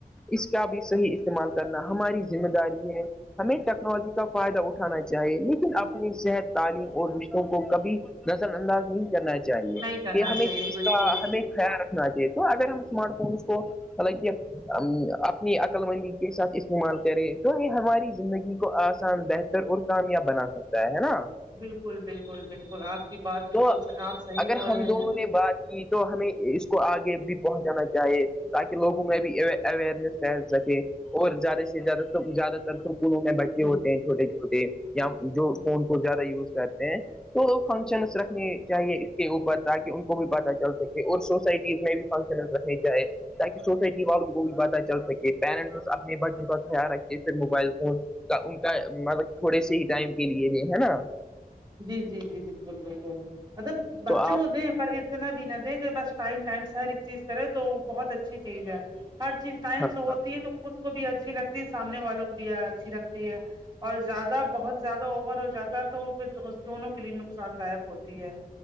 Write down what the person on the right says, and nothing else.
نہیں کرنا
چاہیے
بالکل
بالکل بالکل بالکل آپ کی بات بالکل
آپ صحیح
بول
رہے
ہیں بل
جی
جی
جی جی جی بالکل بالکل مطلب بچوں
کو دیں ہیں پر ایک اتنا بھی نہ دے کہ بس ٹائم ٹائم سے ہر ایک چیز کرے تو بہت اچھی چیز ہے ہر چیز ٹائم
سے ہوتی
ہے تو خود کو بھی اچھی لگتی ہے سامنے والوں کو بھی اچھی لگتی ہے اور زیادہ بہت زیادہ اوور ہو جاتا تو پھر دونوں کے لیے نقصان داک ہوتی ہے